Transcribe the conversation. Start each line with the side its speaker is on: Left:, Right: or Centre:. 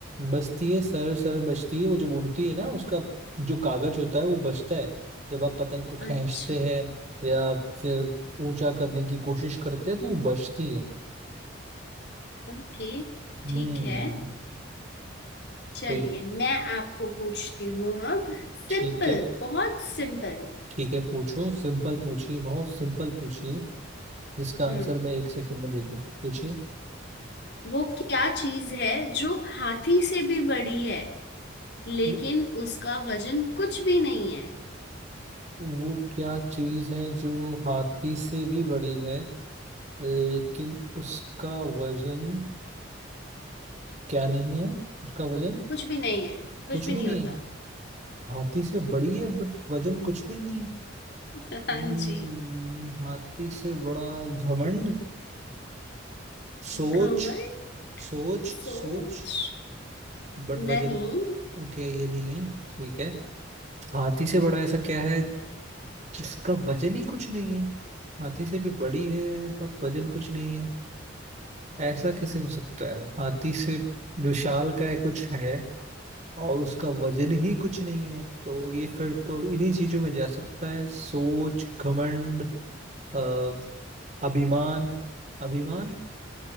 Right: बचती है सर सर बचती है वो जब उड़ती है ना उसका जो कागज होता है वो बचता है जब आप पतंग को
Left: अच्छा
Right: खींचते हैं या फिर ऊंचा करने की कोशिश करते हैं तो वो बचती है
Left: ओके
Right: हम्म
Left: ठीक है चलिए
Right: तो
Left: मैं आपको पूछती हूँ अब सिंपल
Right: ठीक है
Left: बहुत सिंपल
Right: ठीक है पूछो सिंपल पूछिए बहुत सिंपल पूछिए जिसका
Left: हम्म
Right: आंसर मैं एक सेकंड में दे दूं पूछिए
Left: वो क्या चीज है जो हाथी से भी बड़ी है लेकिन
Right: वो
Left: उसका वजन कुछ भी नहीं है
Right: वो क्या चीज है जो हाथी से भी बड़ी है लेकिन उसका वजन क्या नहीं है उसका वजन
Left: कुछ भी नहीं है कुछ
Right: कुछ
Left: भी
Right: भी
Left: नहीं
Right: नहीं
Left: होता
Right: है हाथी से बड़ी है बट वजन कुछ भी नहीं है
Left: <laughs> हाँ
Right: हम्म,
Left: जी
Right: हाथी से बड़ा घमंड सोच
Left: घमंड
Right: सोच
Left: सोच
Right: सोच बट वजन
Left: नहीं
Right: ओके ये नहीं है ठीक है हाथी से बड़ा ऐसा क्या है जिसका वजन ही कुछ नहीं है हाथी से भी बड़ी है बट वजन कुछ नहीं है ऐसा कैसे हो सकता है हाथी से जो शाल का है कुछ है और उसका वजन ही कुछ नहीं है तो ये फिर तो इन्हीं चीजों में जा सकता है सोच घमंड अ, अभिमान अभिमान